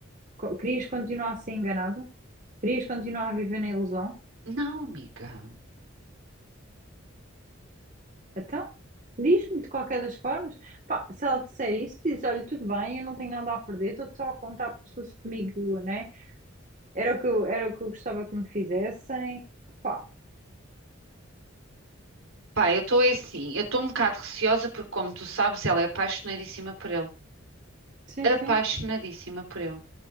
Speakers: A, on the right (about 35°); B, on the right (about 75°).
A: co- querias continuar a ser enganada? Querias continuar a viver na ilusão?
B: Não, amiga.
A: Então, diz-me de qualquer das formas. Pá, se ela disser isso, diz, olha, tudo bem, eu não tenho nada a perder, estou só a contar pessoas comigo, né? Era o que eu, era o que eu gostava que me fizessem. Pá,
B: Pá, eu estou assim, eu estou um bocado receosa porque, como tu sabes, ela é apaixonadíssima por ele.
A: sim,
B: Apaixonadíssima
A: sim,
B: por ele.